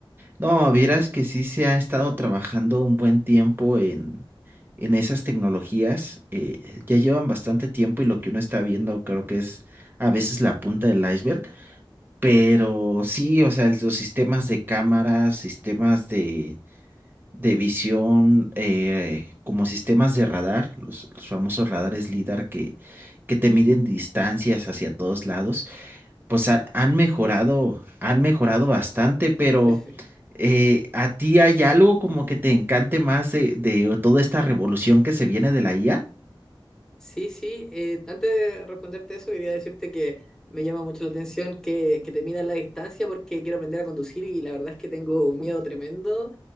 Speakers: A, on the right; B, in the centre.
A: No, vieras que sí se ha estado trabajando un buen tiempo en, en esas tecnologías. eh, ya llevan bastante tiempo y lo que uno está viendo creo que es a veces la punta del iceberg. Pero sí, o sea, los sistemas de cámaras, sistemas de, de visión, eh, como sistemas de radar, los, los famosos radares LIDAR que, que te miden distancias hacia todos lados pues ha- han mejorado, han mejorado bastante, pero
B: En fin.
A: eh, ¿a ti hay algo como que te encante más de, de toda esta revolución que se viene de la IA?
B: Sí, sí. eh, antes de responderte eso, quería decirte que me llama mucho la atención que, que te midas la distancia porque quiero aprender a conducir y la verdad es que tengo un miedo tremendo